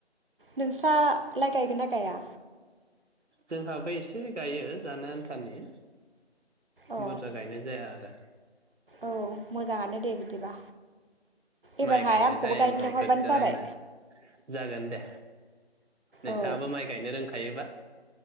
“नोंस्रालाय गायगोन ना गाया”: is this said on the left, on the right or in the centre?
Right